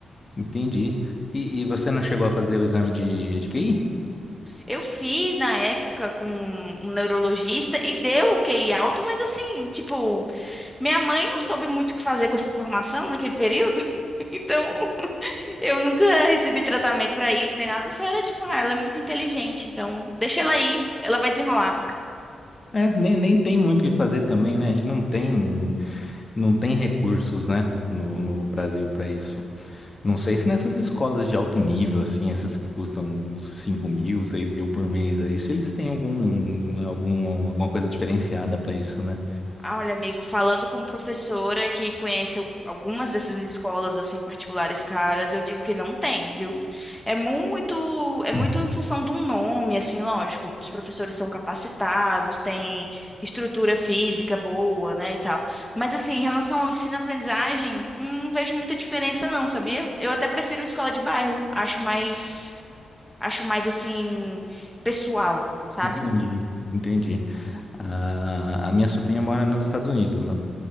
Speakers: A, on the left; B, in the centre.
A: entendi. E, e você não chegou a fazer o exame de, de QI?
B: Eu fiz na época com um neurologista e deu um QI alto, mas assim, tipo, minha mãe não soube muito o que fazer com essa informação naquele período. <laughs> Então, eu nunca recebi tratamento pra isso nem nada, só era tipo, ah, ela é muito inteligente, então deixa ela aí, ela vai desenrolar.
A: É, nem, nem tem muito o que fazer também, né? A gente não tem, não tem recursos, né? No, no Brasil para isso. Não sei se nessas escolas de alto nível, assim, essas que custam cinco mil, seis mil por mês aí, se eles têm algum, algum, alguma coisa diferenciada para isso, né?
B: Ah, Olha, amigo, falando como professora que conhece al- algumas dessas escolas assim particulares caras, eu digo que não tem, viu? É muito, é muito
A: Hum.
B: em função de um nome, assim, lógico. Os professores são capacitados, têm estrutura física boa, né, e tal. Mas assim, em relação ao ensino-aprendizagem, hum, não vejo muita diferença, não, sabia? Eu até prefiro escola de bairro. Acho mais, acho mais assim pessoal, sabe?
A: Entendi, entendi. A, a minha sobrinha mora nos Estados Unidos, né?